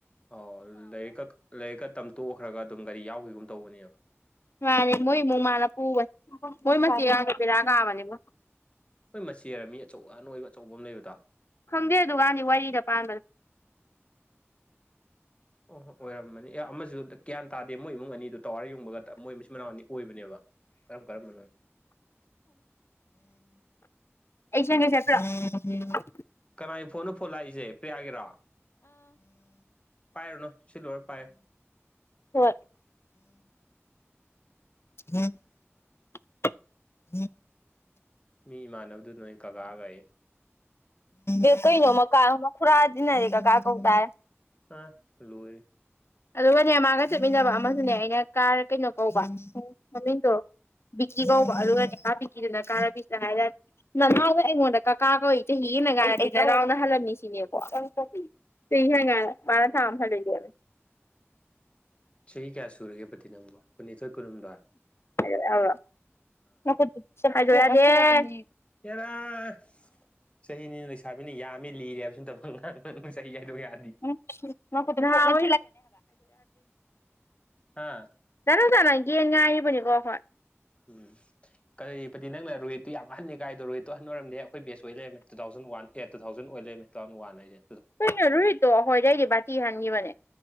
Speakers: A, on the left (about 25°); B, on the left (about 60°).
A: ꯑꯣ ꯂꯥꯏꯔꯤꯛ ꯂꯥꯏꯔꯤꯛꯇꯝ ꯇꯣꯛꯈ꯭ꯔꯒ ꯑꯗꯨꯝ ꯒꯥꯔꯤ ꯌꯥꯎꯈꯤꯕꯒꯨꯝ ꯇꯧꯕꯅꯦꯕ
B: ꯌꯥꯂꯦ ꯃꯣꯏ ꯃꯨꯡ ꯃꯥꯅ ꯄꯨꯕꯅꯦ ꯃꯣꯏ ꯃꯆꯦꯗꯣ ꯕꯦꯔꯥ ꯀꯥꯕꯅꯤꯕꯨ
A: ꯃꯣꯏ ꯃꯆꯦꯔ ꯃꯤ ꯑꯆꯧ ꯑꯅꯣꯏꯕ ꯑꯆꯧꯕ ꯑꯃ ꯂꯩꯕꯗꯣ
B: ꯈꯪꯗꯦ ꯗꯨꯀꯥꯟꯗꯤ ꯋꯥꯔꯤꯗ ꯄꯥꯟꯕꯗ
A: ꯑꯣ ꯑꯣꯏꯔꯝꯃꯅꯤ ꯑꯦ ꯑꯃꯁꯨ ꯒ꯭ꯌꯥꯟ ꯇꯥꯗꯦ ꯃꯣꯏ ꯏꯃꯨꯡ ꯑꯅꯤꯗꯨ ꯇꯋꯥꯔ ꯌꯨꯡꯕꯒ ꯃꯣꯏ ꯃꯁꯤꯟ ꯃꯅꯥꯎ ꯑꯅꯤ ꯑꯣꯏꯕꯅꯦꯕ ꯀꯔꯝ ꯀꯔꯝꯕꯅꯣ
B: ꯑꯩ ꯁꯦꯝꯒꯦꯁꯦ ꯄꯤꯔꯛꯑꯣ
A: ꯀꯅꯥꯒꯤ ꯐꯣꯟꯅꯣ ꯐꯣꯟ ꯂꯥꯛꯏꯁꯦ ꯄ꯭ꯔꯤꯌꯥꯒꯤꯔꯣ ꯄꯥꯏꯔꯨꯅꯨ ꯁꯤ ꯂꯣꯏꯔ ꯄꯥꯏꯌꯨ
B: ꯍꯣ <unintelligible> <unintelligible>
A: ꯃꯤ ꯏꯃꯥꯟꯅꯕꯗꯨꯗ ꯅꯣꯏ ꯀꯀꯥꯒꯥꯏꯌꯦ
B: ꯑꯦ ꯀꯩꯅꯣ ꯀꯥ ꯃꯈꯨꯔꯒ ꯇꯤꯟꯅꯔꯗꯤ ꯀꯀꯥ ꯀꯧ ꯇꯥꯔꯦ
A: ꯑ ꯂꯣꯏꯔ
B: ꯑꯗꯨꯒꯅꯦ ꯃꯥꯒ ꯆꯠꯃꯤꯟꯅꯕ ꯑꯃꯁꯨꯅꯦ ꯑꯩꯅ ꯀꯥꯔ ꯀꯩꯅꯣ ꯀꯧꯕ ꯃꯃꯤꯡꯗꯣ ꯕꯤꯀꯤ ꯀꯧꯕ ꯑꯗꯨꯒꯅꯦ ꯀꯥ ꯕꯤꯀꯤꯗꯨꯅ ꯀꯥ ꯔꯕꯤꯗ ꯍꯥꯏꯔꯛ ꯅꯅꯥꯎꯅ ꯑꯩꯉꯣꯟꯗ ꯀꯀꯥ ꯀꯧꯏ ꯆꯍꯤꯗ <unintelligible> ꯍꯜꯂꯝꯃꯤ ꯁꯤꯅꯦꯀꯣ <unintelligible>
A: ꯆꯍꯤ ꯀꯌꯥ ꯁꯨꯔꯒꯦ ꯄꯇꯤ ꯅꯪꯕꯨ ꯀꯨꯟꯅꯤꯊꯣꯏ ꯀꯨꯟꯍꯨꯝꯗꯣꯏ
B: ꯍꯥꯏ ꯍꯥꯏꯌꯗꯦ
A: ꯍꯦꯔ ꯑꯁ ꯆꯍꯤꯅꯦꯅ ꯂꯩꯁꯥꯕꯤꯅ ꯌꯥꯝꯃꯦ ꯂꯤꯔꯦ ꯍꯥꯏꯕꯁꯨ ꯅꯠꯇꯕ ꯑꯉꯥꯡ ꯅꯪꯅ ꯆꯍꯤ ꯍꯥꯏꯗꯣꯛ ꯌꯥꯗꯦ
B: ꯎꯝ <unintelligible>
A: ꯑꯥ
B: ꯗꯥ ꯔꯣꯁꯟ ꯑꯩ ꯇꯦꯟ ꯉꯥꯏꯔꯤꯕꯅꯤꯀꯣ ꯑꯩꯈꯣꯏ
A: ꯎꯝ ꯀꯗꯤ ꯄꯇꯤ ꯅꯪꯅ ꯔꯣꯍꯤꯠꯇꯨ ꯌꯥꯝ ꯑꯍꯜꯅꯤ ꯀꯥꯏꯗꯣ ꯔꯣꯍꯤꯠꯇꯣ ꯑꯍꯟꯑꯣꯔꯝꯗꯦ ꯑꯩꯈꯣꯏ ꯕꯦꯁ ꯑꯣꯏ ꯂꯩꯔꯃꯦ two thousand one eight two thousand ꯑꯣꯏ <unintelligible> ꯋꯥꯟ ꯍꯥꯏꯖꯦ
B: ꯀꯨꯏꯅꯣ ꯔꯣꯍꯤꯇꯣ ꯑꯩꯈꯣꯏꯗꯩꯗꯤ ꯕꯇꯤ ꯍꯟꯈꯤꯕꯅꯦ